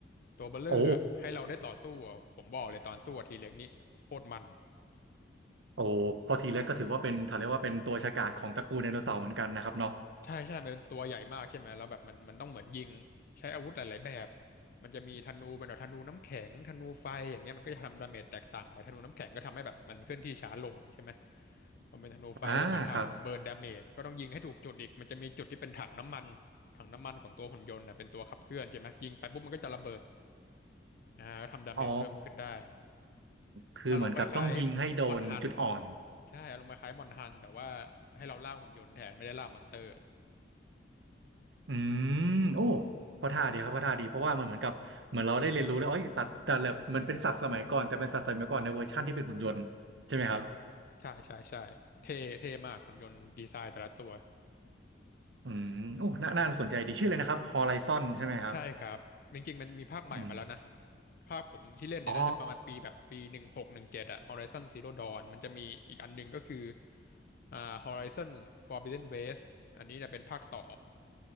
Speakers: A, on the left; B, on the right.
A: ตัวเบลเลอร์อ่ะให้เราได้ต่อสู้อะผมบอกเลยตอนสู้ทีเล็กนี่โคตรมัน
B: โอ้โอ้พอทีแรกก็ถือว่าเป็นถ้าเรียกว่าเป็นตัวฉกาจของตระกูลไดโนเสาร์เหมือนกันนะครับเนาะ
A: ใช่ใช่มันเป็นตัวใหญ่มากใช่ไหมแล้วแบบมันมันต้องเหมือนยิงใช้อาวุธหลายๆแบบมันจะมีธนูเป็นแบบธนูน้ำแข็งธนูไฟอย่างเงี้ยมันก็จะทำดาเมจแตกต่างไปธนูน้ำแข็งก็ทำให้แบบมันเคลื่อนที่ช้าลงใช่ไหมพอเป็นธนูไฟก็เหมือนทำเบิร์นดาเมจก็ต้องยิงให้ถูกจุดอีกมันจะมีจุดที่เป็นถังน้ำมัน
B: อ่าครับ
A: ถังน้ำมันของตัวหุ่นยนต์นะเป็นตัวขับเคลื่อนใช่ไหมยิงไปปุ๊บมันก็จะระเบิดอ่าก็ทำดาเมจเพิ่มขึ้นได้
B: อ๋อคือเหมือนกับต้องยิงให้โดนจุดอ่อน
A: อารมณ์คล้ายๆมอนฮันใช่อารมณ์คล้ายๆมอนฮันแต่ว่าให้เราล่าหุ่นยนต์แทนไม่ได้ล่ามอนเตอร์
B: อืมโอ้ก็ท่าดีครับก็ท่าดีเพราะว่ามันเหมือนกับเหมือนเราได้เรียนรู้แล้วอ๋อสัตว์แต่ละมันเป็นสัตว์สมัยก่อนแต่เป็นสัตว์สมัยก่อนในเวอร์ชั่นที่เป็นหุ่นยนต์ใช่ไหมครับ
A: ใช่ใช่ใช่เท่เท่มากหุ่นยนต์ดีไซน์แต่ละตัว
B: อืมโอ้น่าน่าสนใจดีชื่อเลยนะครับ Horizon ใช่ไหมครับ
A: ใช่ครับจริงๆมันมีภาคใหม่มาแล้วนะ
B: อืม
A: ภาคผมที่เล่นเนี่ยน่าจะประมาณปีแบบปีหนึ่งหกหนึ่งเจ็ดอะ
B: อ๋อ
A: Horizon Zero Dawn มันจะมีอีกอันหนึงก็คืออ่า Horizon Forbidden West อันนี้เนี่ยเป็นภาคต่อ